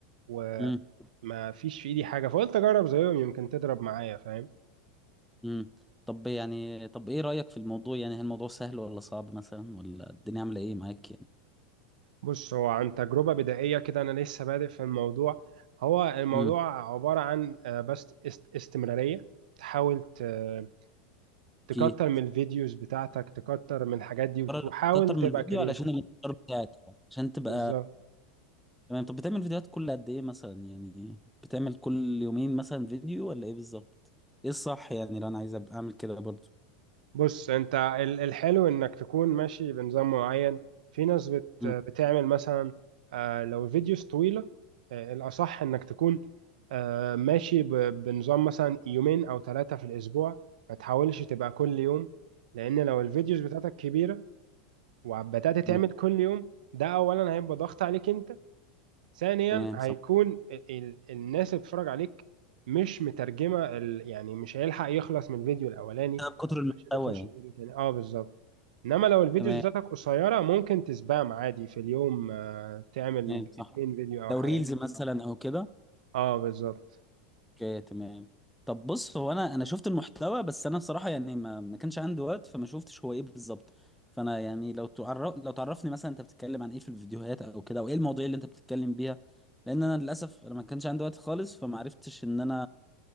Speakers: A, on the right; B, in the centre.
A: وما
B: امم
A: فيش في ايدي حاجة فقلت اجرب زيهم يمكن تضرب معايا فاهم
B: امم طب يعني طب ايه رأيك في الموضوع يعني هل الموضوع سهل ولا صعب مثلا ولا الدنيا عاملة ايه معاك يعني
A: بص هو عن تجربة بدائية كده انا لسه بادئ في الموضوع هو الموضوع
B: امم
A: عبارة عن آه، بس است- استمرارية تحاول ت- تكتر
B: اوكي
A: من الفيديوز بتاعتك تكتر من الحاجات دي وت-
B: قرر
A: وحاول
B: تكتر
A: تبقى
B: من الفيديو
A: كرييتيف
B: علشان الانتشار بتاعك يعني. عشان تبقى
A: بالظبط
B: تمام طب بتعمل فيديوهات كل قد ايه مثلا يعني بتعمل كل يومين مثلا فيديو ولا ايه بالظبط ايه الصح يعني لو انا عايز أبقى اعمل كده برضو
A: بص انت ال- الحلو انك تكون ماشي بنظام معين في ناس بت
B: امم
A: بتعمل مثلا آه، لو فيديوز طويلة آه، الأصح انك تكون آه، ماشي ب- بنظام مثلا يومين أو ثلاثة في الأسبوع ما تحاولش تبقى كل يوم لأن لو الفيديوز بتاعتك كبيرة وبدأت تعمل
B: امم
A: كل يوم ده أولا هيبقى ضغط عليك انت ثانيا
B: تمام
A: هيكون
B: صح
A: ال- ال- الناس اللي بتتفرج عليك مش مترجمه ال... يعني مش هيلحق يخلص من الفيديو الاولاني
B: بكتر المحتوى
A: عشان يخش
B: يعني
A: الفيديو التاني اه بالظبط انما لو الفيديوز
B: تمام
A: بتاعتك قصيره ممكن تسبام عادي في اليوم آه، تعمل
B: تمام صح
A: اتنين فيديو او
B: لو
A: حاجه
B: ريلز مثلا او كده
A: اه بالظبط
B: اوكي تمام طب بص هو انا انا شفت المحتوى بس انا بصراحه يعني ما ما كانش عندي وقت فما شفتش هو ايه بالظبط فانا يعني لو تعرف لو تعرفني مثلا انت بتتكلم عن ايه في الفيديوهات او كده او ايه المواضيع اللي انت بتتكلم بيها لان انا للاسف انا ما كانش عندي وقت خالص فما عرفتش ان انا